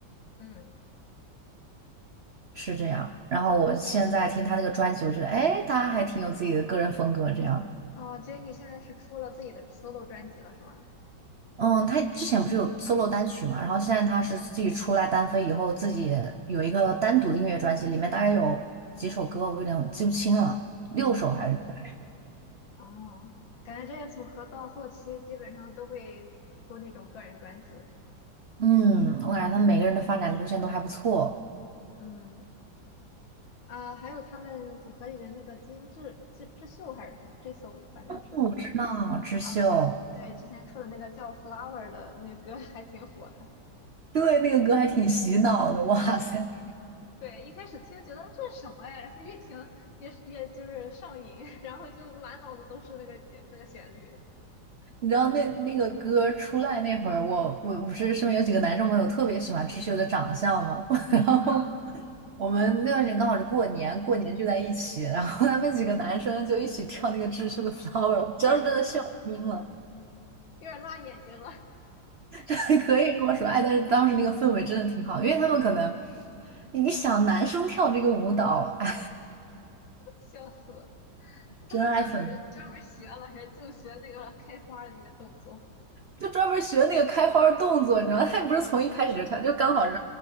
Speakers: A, on the left; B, on the right.
A: 嗯，
B: 是这样，然后我现在听他那个专辑，我觉得哎，他还挺有自己的个人风格这样。
A: 哦，Jennie 现在是出了自己的 solo 专辑了，是吗？
B: 嗯，他之前不是有 solo 单曲嘛，然后现在他是自己出来单飞以后，自己有一个单独的音乐专辑，里面大概有几首歌，我有点记不清了，六首还是八
A: 嗯，哦，感觉这些组合到后期基本上都会出那种个人专辑。
B: 嗯，我感觉他每个人的发展路线都还不错。
A: 嗯啊，还有他们组合里面那个金智智智秀还是什么智秀，反正是
B: 嗯我知道，智秀，
A: 啊，对，之前出的那个叫《Flower》的那个歌 <laughs> 还挺火的。
B: 对，那个歌还挺洗脑的，哇塞！
A: 对，一开始听觉得这是什么呀，然后越听越是越就是上瘾，<laughs> 然后就满脑子都是那个节那个旋律
B: 你知道那那个歌出来那会儿，我我我不是身边有几个男生朋友特别喜欢智秀的长相嘛，<laughs> 然后
A: 啊，
B: 我们那段时间刚好是过年，过年聚在一起，然后他们几个男生就一起跳那个《智秀的 Flower》，我当时真的笑晕了，
A: 天，有点辣眼睛了，
B: <laughs> 可以这么说，哎，但是当时那个氛围真的挺好，因为他们可能你想男生跳这个舞蹈，哎，
A: <laughs> 笑死了。他们专门专门学了，
B: 真爱粉
A: 还是就学那个开花的那个动作。
B: 就专门学那个开花儿动作，你知道吗他也不是从一开始就跳，就刚好是